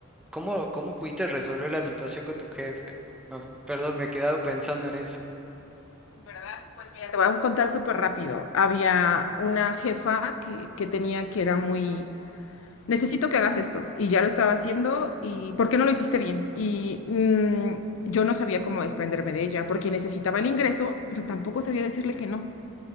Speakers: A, in the centre; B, on the left.
A: ¿cómo, cómo pudiste resolver la situación con tu jefe? Ah, perdón, me he quedado pensando en eso.
B: ¿verdad? Pues mira, te voy a contar súper rápido. Había una jefa que, que tenía que era muy... necesito que hagas esto. Y ya lo estaba haciendo y ¿por qué no lo hiciste bien? Y mm, yo no sabía cómo desprenderme de ella porque necesitaba el ingreso, pero tampoco sabía decirle que no.